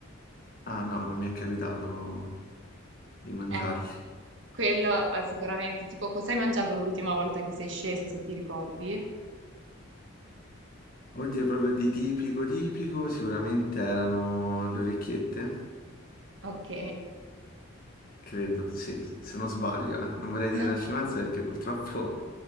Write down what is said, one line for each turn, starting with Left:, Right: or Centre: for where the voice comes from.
Left: Ah no, non mi è capitato di mangiarli.
Right: Eh, Quello ah, sicuramente, tipo cosa hai mangiato l'ultima volta che sei sceso, se ti ricordi?
Left: Oddio, proprio di tipico tipico, sicuramente erano le orecchiette,
Right: Ok,
Left: credo, sì, se non sbaglio, eh. Non vorrei dire
Right: <laughs>
Left: nascimenza perché purtroppo